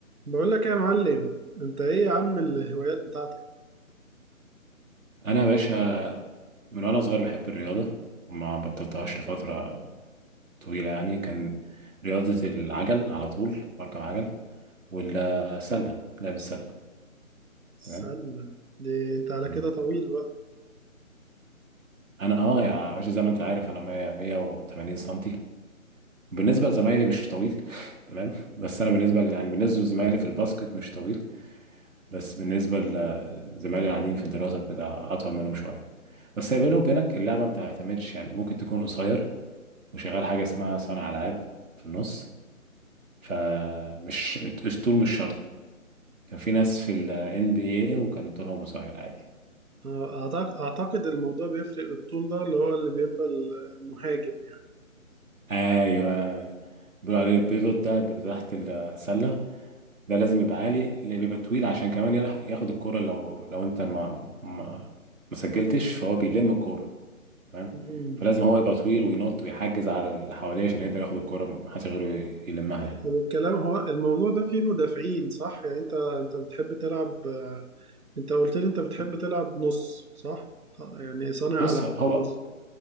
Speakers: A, on the right; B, on the right.
A: بقول لك إيه يا معلم انت ايه يا عم الهوايات بتاعتك
B: انا يا باشا من وانا صغير بحب الرياضه وما بطلتهاش لفتره طويله يعني كان رياضه العجل على طول بركب عجل والسله لعب السله
A: السله
B: تمام
A: دي انت على
B: مم.
A: كده طويل بقى
B: انا اه يا باشا زي ما انت عارف انا 100 180 سنتي بالنسبه لزمايلي مش طويل <laughs> تمام بس انا بالنسبه ل- يعني بالنسبه لزمايلي في الباسكت مش طويل بس بالنسبه لزمايلي العاديين في الدراسه وكده اطول منهم شويه بس هي بيني وبينك اللعبه ما بتعتمدش يعني ممكن تكون قصير وشغال حاجه اسمها صانع العاب في النص فمش الطول مش شرط يعني كان في ناس في ال NBA وكان طولهم قصير عادي
A: أعتقد, اعتقد الموضوع بيفرق بالطول ده اللي هو اللي بيبقى المهاجم يعني
B: ايوه أيوة. بيقولوا عليه البيفوت ده بيبقى تحت السله ده لازم يبقى عالي اللي بيبقى طويل عشان كمان يلح- ياخد الكوره لو لو انت ما ما ما سجلتش فهو بيلم الكوره تمام
A: مم.
B: فلازم هو يبقى طويل وينط ويحجز على اللي حواليه عشان يقدر ياخد الكوره ما حدش غيره ي- يلمها يعني
A: طب الكلام هو الموضوع ده فيه مدافعين صح يعني انت انت بتحب تلعب انت قلت لي انت بتحب تلعب نص صح يعني صانع
B: بص
A: العاب
B: هو
A: نص